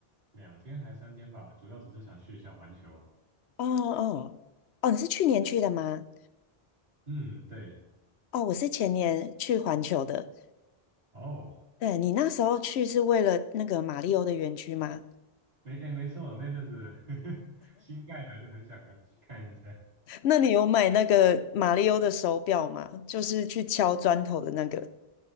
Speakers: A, on the right; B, on the left.
A: 两天还三天吧，主要只是想去一下环球。
B: 哦哦，哦，你是去年去的吗？
A: 嗯，对，
B: 哦，我是前年去环球的。
A: 哦，
B: 对，你那时候去是为了那个马里欧的园区吗？
A: 没，哎，没错，那阵子 <laughs> 新盖的就很想看去看一下。
B: <laughs> 那你有买那个马里欧的手表吗？就是去敲砖头的那个。